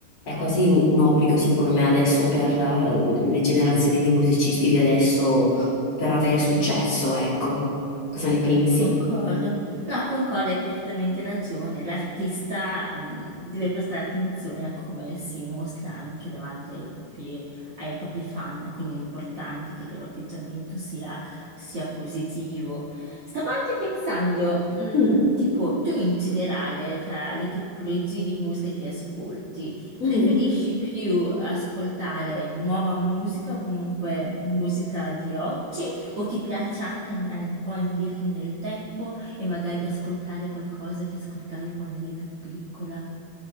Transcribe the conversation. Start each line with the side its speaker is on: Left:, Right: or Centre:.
Left: È quasi un, un obbligo, secondo me, adesso per eh, le generazioni di musicisti di adesso per avere successo, ecco. Cosa ne pensi?
Right: Concordo. No, concordo, hai perfettamente ragione. L'artista, mh, deve prestare attenzione a come si mostra anche davanti ai propri, ai propri fan, quindi è importante che il loro atteggiamento sia, sia positivo. Stavo anche pensando, mh,
Left: Mm,
Right: tipo, tu in generale, tra le tipologie di musica che ascolti, preferisci
Left: mm.
Right: più ascoltare nuova musica o comunque musica di oggi? O ti piace anche andare un po' indietro nel tempo e magari ascoltare qualcosa che ascoltavi quando eri più piccola?